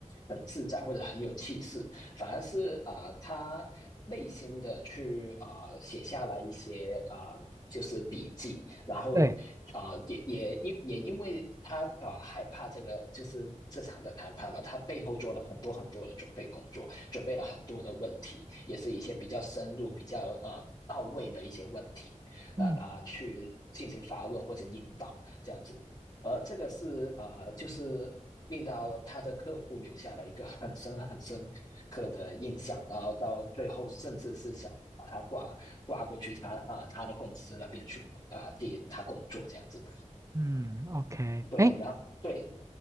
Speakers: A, on the left (about 35°); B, on the right (about 25°).
A: 很自在或者很有气势。反而是啊、呃他内心的去啊、呃写下了一些啊、呃就是笔记，然后啊、
B: 对，
A: 呃也也因也因为他啊、呃害怕这个就是这场的谈判嘛，他背后做了很多很多的准备工作，准备了很多的问题，也是一些比较深入、比较呃到位的一些问题，那啊、
B: 嗯
A: 呃去进行发问或者引导这样子。而这个是呃，就是令到他的客户留下了一个很深很深刻的印象，然后到最后甚至是想把他挂挂过去他啊、呃他的公司那边去啊、呃替他工作这样子。
B: 嗯，OK，
A: 对，
B: 哎，
A: 然后对，